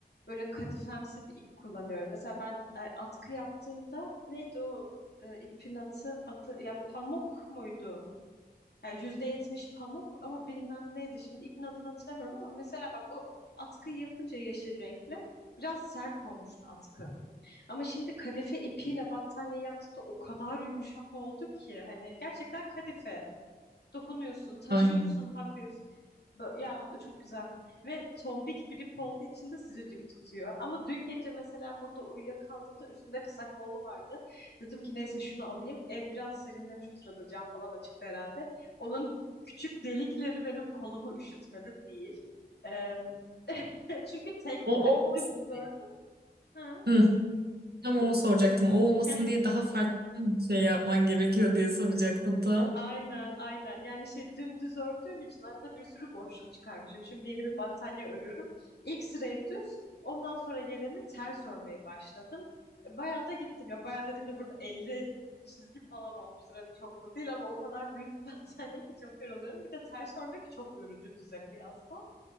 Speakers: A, on the left; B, on the right.
A: böyle kadifemsi bir ip kullanıyorum. Mesela ben e, atkı yaptığımda neydi o e, ipin adı, adı ya pamuk muydu? Yani %70 pamuk ama bilmem neydi. Şimdi ipin adını hatırlamıyorum ama mesela bak o atkıyı yapınca yeşil renkli biraz sert olmuştu atkı. Ama şimdi kadife ipiyle battaniye yaptı da o kadar yumuşak oldu ki hani gerçekten kadife. Dokunuyorsun, taşıyorsun
B: Aynen.
A: hafif. Bö- Ya çok güzel. Ve tombik bir ip olduğu için de sıcacık tutuyor. Ama dün gece mesela burada uyuyakaldığımda üstünde kısa kollu vardı. Dedim ki neyse şunu alayım. Ev biraz serinlemiş o sırada cam falan açıktı herhalde. Onun küçük delikleri benim kolumu üşütmedi değil. Eee, <laughs> çünkü tek
B: O
A: hani
B: olmasın.
A: dümdüz ördüm.
B: diye-
A: Ha.
B: Hı, tam onu soracaktım. O olmasın
A: <laughs>
B: diye daha farklı bir şey yapman gerekiyor diye soracaktım tam.
A: Aynen, aynen. Yani şey dümdüz ördüğüm için arada bir sürü boşluk çıkarmışım. Şimdi yeni bir battaniye örüyorum. İlk sırayı düz, ondan sonra geleni ters örmeye başladım. E, Bayağı da gittim ya. Bayağı dediğimde burada 50 çizgi falan olmuştur. Hani çok da değil ama o kadar büyük bir <laughs> battaniye ki çok yoruluyorum. Bir de ters örmek çok yorucu düze kıyasla.